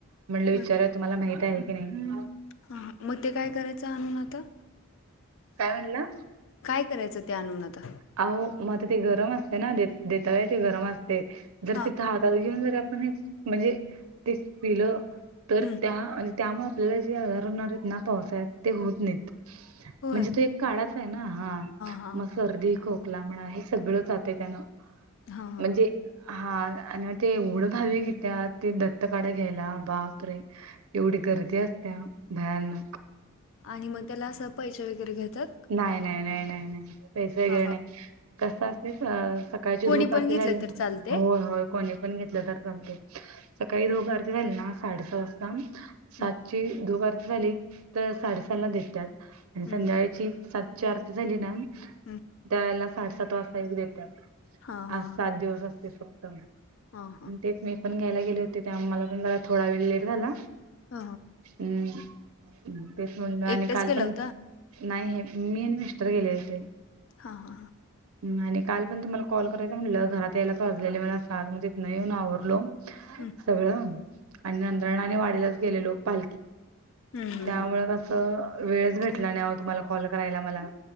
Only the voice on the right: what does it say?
म्हणलं विचारा
तुम्हाला माहित आहे की नाही
काय म्हणलं
अहो मता ते गरम असते ना देता ते गरम असते जर
तिथं हातात घेऊन जर पण एक म्हणजे ते पिलं तर
त्या त्यामुळे आपल्याला जे आजार होणार आहेत ना पावसा्यात ते होत नाहीत
म्हणजे तो एक काळाच आहे ना हा
मग
सर्दी खोकला म्हणा हे सगळ जाते त्यान
म्हणजे.
हा आणि मग ते एवढं भावी की त्या ते दत्तकाढा घ्यायला बाप रे एवढी गर्दी असते भयानक
नाही नाही नाही नाही नाही पैसे
वग
नाही कस असते सकाळची
धुपारती
झाली
हो होय कोणी पण घेतलं तर चालत सकाळी द बार ते झाले ना साडेस वाजता सातची
दुपार झाली तर साडेसातला देतात आणि संध्याकाची
सातची आरती झाली ना
त्या वळेला साडेसात वाजता एक देतात
आज सात दिवस असते फक्त
ते मी पण घ्यायला गेले होते ते आम्हाला पण झाला थोडा वेळ लेट झाला
हम् तेच म्हणल आणि
काल
पण
नाही हे मी आणि मिस्टर गेले होते
ह आणि काल पण तुम्हाला कॉल करायचा म्हटलं घरात यायलाच असलेले मला साथ मजत नाही येऊन आवरलो
सगळं आणि नंदणा आणि वाढला पा
त्यामुळे
क वेळ भेटला
नाही तुम्हाला कल करायला मला